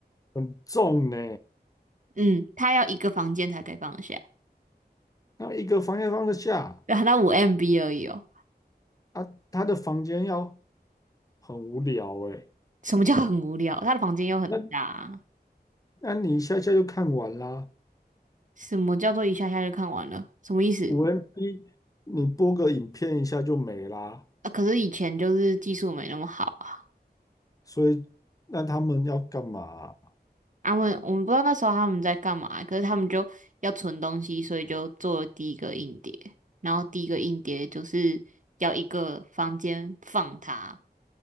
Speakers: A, on the left; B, on the right.
A: 很重呢。
B: 嗯，他要一个房间才可以放得下，
A: 那一个房间放得下
B: 对啊，后他五 MB 而已哦。
A: 啊，他的房间要很无聊诶。
B: 什么叫很无聊？他的房间又很大啊
A: 那那你一下下就看完啦，
B: 什么叫做一下下就看完了？什么意思？
A: 五 MB 你播个影片一下就没啦。
B: 啊，可是以前就是技术没那么好啊。
A: 所以那他们要干嘛？
B: 他们我们不知道那时候他们在干嘛，可是他们就要存东西，所以就做了第一个硬碟，然后第一个硬碟就是要一个房间放它，